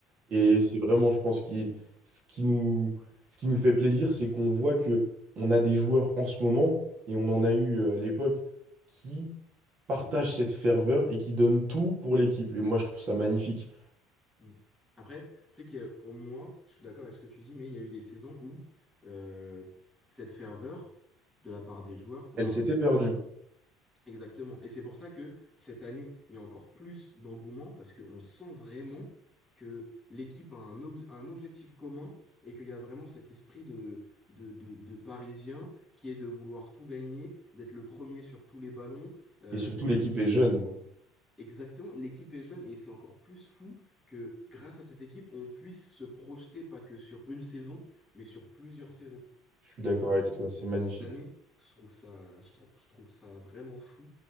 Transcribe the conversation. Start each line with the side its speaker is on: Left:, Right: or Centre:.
Right: Et
Centre: Ouais, ouais,
Right: c'est
Centre: ouais.
Right: vraiment, je pense, qui, ce qui nous, ce qui nous fait plaisir, c'est qu'on voit que on a des joueurs en ce moment, et on en a eu euh, à l'époque, qui partagent cette ferveur et qui donnent tout pour l'équipe. Et moi, je trouve ça magnifique.
Centre: Mm. Après, tu sais que pour moi, je suis d'accord avec ce que tu dis, mais il y a eu des saisons où euh, cette ferveur de la part des joueurs, on
Right: Elle
Centre: la
Right: s'était
Centre: ressentait
Right: perdue.
Centre: pas. Exactement. Et c'est pour ça que cette année, il y a encore plus d'engouement parce qu'on sent vraiment que l'équipe a un, ob- un objectif commun et qu'il y a vraiment cet esprit de, de, de, de Parisien qui est de vouloir tout gagner, d'être le premier sur tous les ballons, euh,
Right: Et surtout,
Centre: d'être
Right: l'équipe
Centre: le meilleur
Right: est jeune.
Centre: Exactement, l'équipe est jeune et c'est encore plus fou que grâce à cette équipe, on puisse se projeter pas que sur une saison, mais sur plusieurs saisons.
Right: Je suis
Centre: Et
Right: d'accord
Centre: franchement,
Right: avec toi, c'est magnifique.
Centre: cette année, je trouve ça, je trou- je trouve ça vraiment fou.